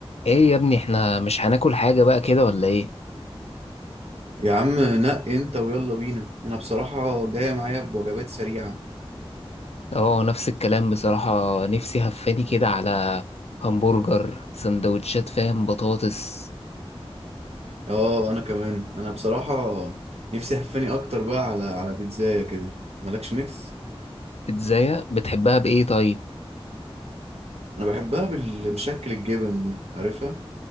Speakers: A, on the left; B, on the right.
A: ايه يا ابني احنا مش هناكل حاجة بقى كده ولا ايه؟
B: يا عم نق انت ويلا بينا انا بصراحة جاية معايا بوجبات سريعة
A: اه نفس الكلام بصراحة نفسي هفاني كده على همبرجر سندوتشات فاهم بطاطس
B: اه انا كمان انا بصراحة نفسي هفاني اكتر بقى على على بيتزاية كده مالكش نفس
A: ازاي بتحبها بايه طيب؟
B: انا بحبها بالمشكل الجبن دي عارفها